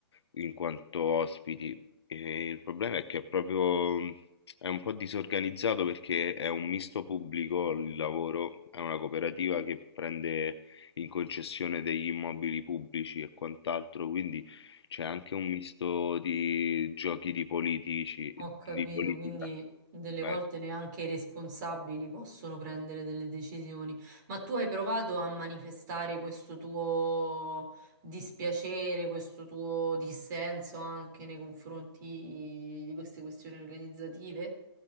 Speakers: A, on the left; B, on the right.
A: in quanto ospiti. E il problema è che è proprio... È un po' disorganizzato perché è un misto pubblico il lavoro, è una cooperativa che prende in concessione degli immobili pubblici e quant'altro, quindi c'è anche un misto di giochi di politici,
B: Ho capito,
A: di politica.
B: quindi delle
A: Beh,
B: volte neanche i responsabili possono prendere delle decisioni. Ma tu hai provato a manifestare questo tuo dispiacere, questo tuo dissenso anche nei confronti di queste questioni organizzative?